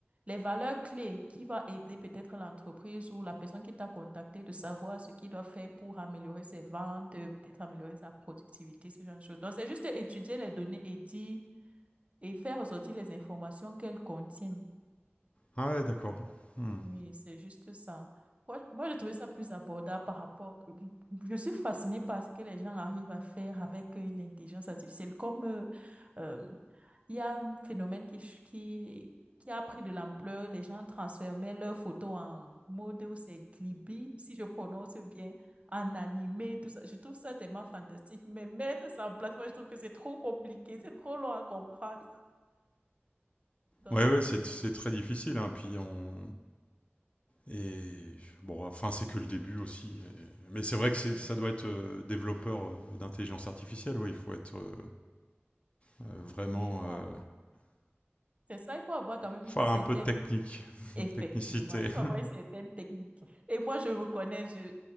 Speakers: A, on the right; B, on the left.
A: les valeurs clés qui vont aider peut-être l'entreprise ou la personne qui t'a contacté de savoir ce qu'il doit faire pour améliorer ses ventes, euh, peut-être améliorer sa productivité, ce genre de choses. Donc, c'est juste étudier les données et dire et faire ressortir les informations qu'elles contiennent.
B: Ah ouais, d'accord. Hmm.
A: Oui, c'est juste ça. Moi, moi, j'ai trouvé ça plus abordable par rapport. Je suis fascinée par ce que les gens arrivent à faire avec euh, l'intelligence artificielle. Comme euh, euh, il y a un phénomène qui, ch- qui, qui a pris de l'ampleur, les gens transformaient leurs photos en mode ou c'est Glibi, si je prononce bien, en animé, tout ça. Je trouve ça tellement fantastique. Mais mettre ça en place, moi, je trouve que c'est trop compliqué, c'est trop long à comprendre. Donc,
B: Ouais, ouais, c'est
A: euh,
B: c'est très difficile, hein, puis on... Et bon, enfin, c'est que le début aussi. et- Mais c'est vrai que c'est-
A: oui,
B: ça doit être euh, développeur euh, d'intelligence artificielle, oui, il faut être euh, euh, vraiment...
A: oui, il faut
B: euh,
A: avoir- c'est ça, il faut avoir quand même
B: faire
A: une certaine
B: un peu de technique, <laughs>
A: Effectivement,
B: technicité.
A: il faut
B: <laughs>
A: avoir certaines techniques. Et moi, je me connais, je,